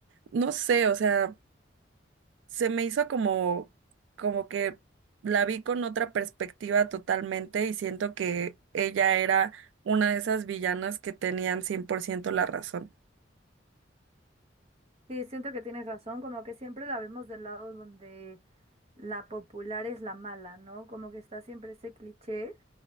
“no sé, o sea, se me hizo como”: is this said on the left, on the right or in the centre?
Right